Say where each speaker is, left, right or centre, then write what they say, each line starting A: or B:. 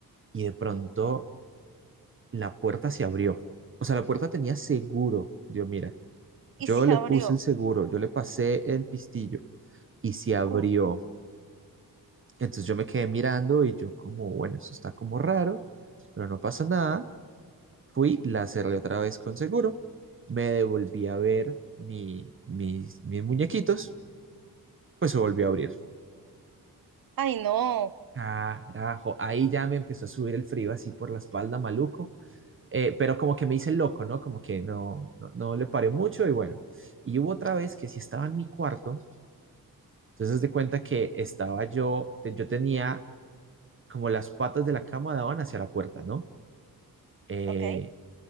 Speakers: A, on the right (about 35°); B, on the right (about 65°).
A: Y de pronto la puerta se abrió, o sea, la puerta tenía seguro, Dios mira.
B: y
A: Yo
B: se
A: le
B: abrió.
A: puse el seguro, yo le pasé el pistillo y se abrió.
B: Uh,
A: Entonces yo me quedé mirando y yo como, bueno, esto está como raro, pero no pasa nada. Fui, la cerré otra vez con seguro, me devolví a ver mi, mis, mis muñequitos, pues se volvió a abrir.
B: Ay, no.
A: Carajo, ahí ya me empezó a subir el frío así por la espalda, maluco. Eh, pero como que me hice el loco, ¿no? Como que no, no, no le paré mucho y bueno. Y hubo otra vez que sí estaba en mi cuarto Entonces haz de cuenta que estaba yo, te- yo tenía como las patas de la cama daban hacia la puerta, ¿no? Eh,
B: Ok.